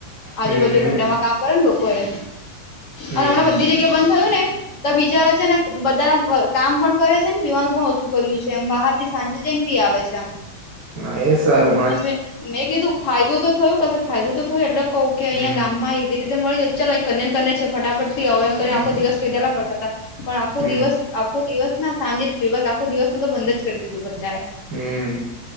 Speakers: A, on the left (about 45°); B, on the right (about 45°).
A: આજુબાજુ
B: હમ હમ
A: ભાગમાં કામ કરે ને લોકો એ
B: હમ
A: અને હમણાં બધી જગ્યા બંધ થયું ને તો બિચારા છે ને બધા કામ પણ કરે છે ને પીવાનું પણ ઓછું કર્યું છે એમ બહાર થી સાંજે જઈને <inaudible> આવે છે, આમ
B: હ એ સારુ
A: તમે મેં કીધું ફાયદું તો થયું કશે ફાયદું તો થયું એટલે કવ કે અહીયા
B: હમ
A: ગામમાં ઈ રીતે મળી જ ચાલ કન્યાન કરને છે ફટાફટ પી આવો એમ કરી
B: હમ
A: આખો દિવસ પીધેલા પડતા હતા પણ આખો
B: હમ
A: દિવસ આખો દિવસ ના સાંજે જ બસ આખો દિવસ ન તો બંધ જ કરી દીધું બધાએ
B: હમ